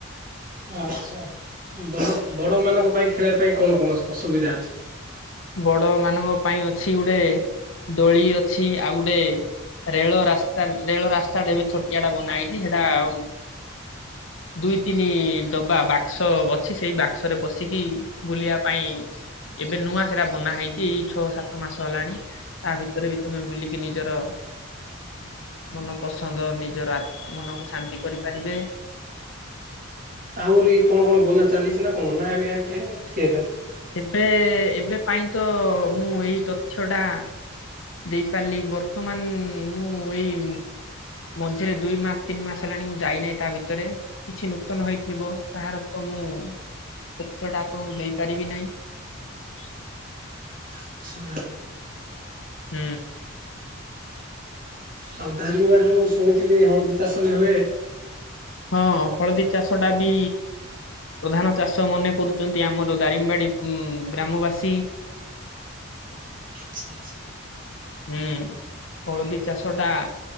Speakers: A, on the right; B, on the left.
A: ଆଚ୍ଛା ବ ବଡ ମାନଙ୍କ ପାଇଁ ଖେଳିବା ପାଇଁ କଣ କଣ ଅସୁବିଧା ଅଛି?
B: ବଡ ମାନଙ୍କ ପାଇଁ ଅଛି ଗୋଟେ ଦୋଳି ଅଛି, ଆଉ ଗୋଟେ ରେଳ ରାସ୍ତା ରେଳ ରାସ୍ତାଟେ ଏବେ ଛୋଟିଆ ଟା ବନା ହେଇଛି ସେଟା ଆଉ
A: <inaudible>
B: ଦୁଇ ତିନି ଡବା ବାକ୍ସ ଅଛି, ସେଇ ବାକ୍ସରେ ପସିକି ବୁଲିବା ପାଇଁ ଏବେ ନୂଆ ସେଟା ବନା ହେଇଛି ଏଇ ଛଅ ସାତ ମାସ ହେଲାଣି ତା ଭିତରେ ବି ତୁମେ ବୁଲିକି ନିଜର ମନ ପସନ୍ଦ ନିଜର ଆ ମନକୁ ଶାନ୍ତି କରିପାରିବେ।
A: ଆହୁରି କଣ କଣ ବନା ଚାଲିଛି ନା କଣ <unintelligible>
B: ଏବେ ଏବେ ପାଇଁ ତ ମୁଁ ଏଇ ତଥ୍ୟଟା ଦେଇପାରିଲି ବର୍ତ୍ତମାନ ମୁଁ ଏଇ ମଝିରେ ଦୁଇ ମାସ ତିନି ମାସ ହେଲାଣି ମୁଁ ଯାଇନାହିଁ, ତା ଭିତରେ କିଛି ନୂତନ ହେଇଥିବ ତାହାର ତ ମୁଁ ତଥ୍ୟଟା ଆପଣଙ୍କୁ ଦେଇପାରେ <unintelligible>
A: ଆଚ୍ଛା
B: ହୁଁ।
A: ଆଉ ଦାରିଙ୍ଗବାଡିରେ ମୁଁ ଶୁଣିଥିଲି ହଳଦୀ ଚାଷ ବି ହୁଏ।
B: ହଁ ହଳଦୀ ଚାଷ ଟା ବି ପ୍ରଧାନ ଚାଷ ମନେ କରୁଛନ୍ତି ଆମର ଦାରିମବାଡି ଗ୍ରାମବାସୀ।
A: ଆଚ୍ଛା ଆଛ
B: ହୁଁ ହଳଦୀ ଚାଷ ଟା